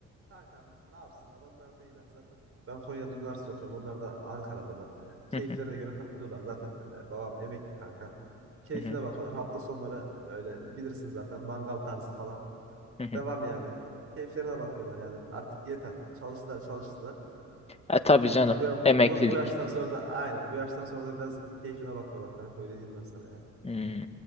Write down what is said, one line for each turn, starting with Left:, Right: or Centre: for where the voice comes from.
Right: Kankam ne yapsınlar onlar değiller. Zaten ben Konya'da üniversite okuyorum. Onlar da Ankara'dalar. E, keyiflerine
Left: hı hı,
Right: göre takılıyorlar. Zaten e, babam emekli kanka. Keyfine
Left: hı hı,
Right: bakıyorlar. Hafta sonları e, öyle bilirsin zaten mangal tarzı falan.
Left: hı hı.
Right: Devam yani. Keyiflerine bakıyorlar yani. Artık yeter. Çalıştılar çalıştılar.
Left: E
Right: E,
Left: tabii canım
Right: bu, ya-
Left: emeklilik.
Right: bu, bu yaştan sonra da aynen bu yaştan sonra da biraz keyfine bakıyorlar kanka. Öyle diyeyim ben sana yani.
Left: Hmm.